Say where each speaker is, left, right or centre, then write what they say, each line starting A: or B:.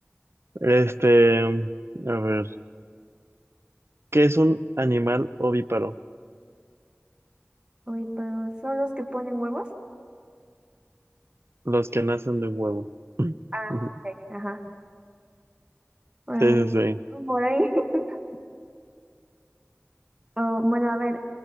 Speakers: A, on the right (about 70°); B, on the right (about 20°).
A: Este, a ver, ¿qué es un animal ovíparo?
B: Uy, pero ¿son los que ponen huevos?
A: Los que nacen de un huevo.
B: Ah,
A: Ujú.
B: ok. Ajá. Bueno,
A: Sí, sí, sí.
B: por ahí. <laughs> Oh, bueno, a ver,